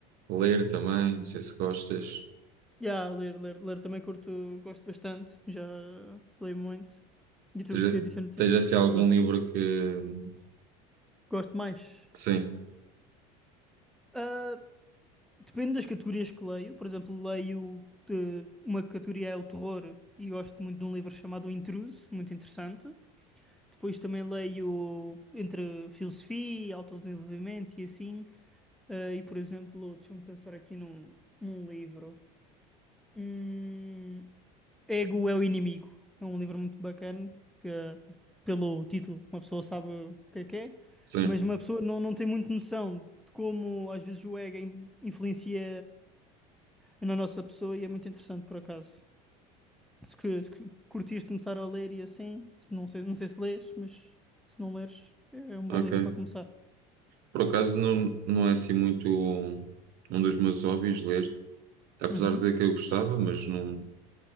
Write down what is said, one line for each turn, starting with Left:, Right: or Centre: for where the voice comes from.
Right: ler também, não sei se gostas.
Centre: Yeah, ler, ler, ler também curto, gosto bastante, já leio muito. E tu,
Right: Tens,
Centre: te disse,
Right: tens assim algum
Centre: mas
Right: livro que.
Centre: gosto mais.
Right: Sim,
Centre: Ah, depende das categorias que leio, por exemplo, leio de, uma categoria é o terror e gosto muito de um livro chamado O Intruso, muito interessante. Depois também leio entre filosofia, autodesenvolvimento e assim. Ah, e, por exemplo, deixa-me pensar aqui num, num livro. Hum, Ego é o Inimigo. É um livro muito bacana, que pelo título uma pessoa sabe o que é que é,
Right: sim,
Centre: mas uma pessoa não, não tem muito noção de como às vezes o ego in- influencia na nossa pessoa e é muito interessante por acaso. Se, cu- se cu- curtires começar a ler e assim, se não sei, não sei se lês, mas se não leres, é um bom
Right: ok.
Centre: livro para começar.
Right: Por acaso não, não é assim muito um, um dos meus hobbies ler, apesar
Centre: Uhum.
Right: de que eu gostava, mas não,